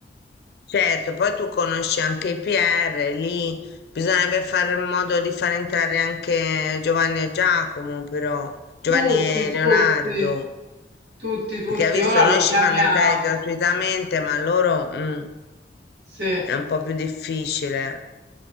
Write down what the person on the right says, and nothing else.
Tutti,
tutti.
Tutti, tutti,
ora
lo
chiamiamo.
Sì,